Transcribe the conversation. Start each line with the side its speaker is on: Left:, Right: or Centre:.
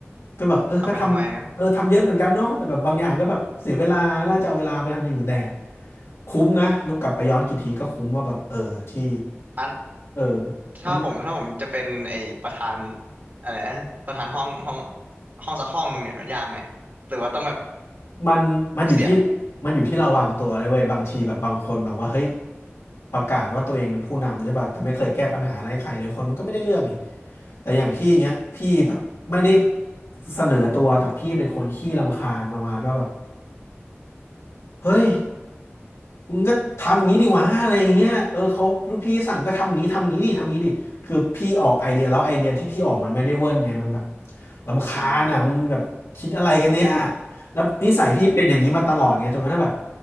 Left: ก็แบบเออก็ทำเออทำเยอะเหมือนกันเนาะแต่แบบบางอย่างก็แบบเสียเวลาน่าจะเอาเวลาไปทำอย่างอื่นแต่
Right: ทำไปทำไมอะ
Left: คุ้มนะลูกกลับไปย้อนกี่ทีก็คุ้มว่าแบบเออที่
Right: อ่ะ
Left: เออ
Right: ถ้าผมถ้าผมจะเป็นไอ้ประธาน
Left: มัน
Right: อะไรนะประธานห้องห้องห้องสักห้องหนึ่งเนี่ยยากไหมหรือว่าต้องแบบ
Left: มันมันอยู่ที่
Right: ทุกเสียง
Left: มันอยู่ที่เราวางตัวเลยเว้ยบางทีแบบบางคนแบบว่าเฮ้ยประกาศว่าตัวเองเป็นผู้นำใช่ป่ะแต่ไม่เคยแก้ปัญหาอะไรให้ใครเลยคนมันก็ไม่ได้เรื่องนี่แต่อย่างพี่เงี้ยพี่แบบไม่ได้เสนอตัวแต่พี่เป็นคนขี้รำคาญประมาณว่าแบบเฮ้ย มึงก็ทำอย่างนี้ดีวะอะไรอย่างเงี้ยเออเขารุ่นพี่สั่งก็ทำอย่างนี้ทำอย่างนี้ดิทำอย่างนี้ดิคือพี่ออกไอเดียแล้วไอเดียที่พี่ออกมันไม่ได้เวิร์นไงมันแบบรำคาญอ่ะมึงแบบคิดอะไรกันเนี่ย
Right: อืม
Left: แล้วนิสัยพี่เป็นอย่างนี้มาตลอดไงจนกระทั่งแบบ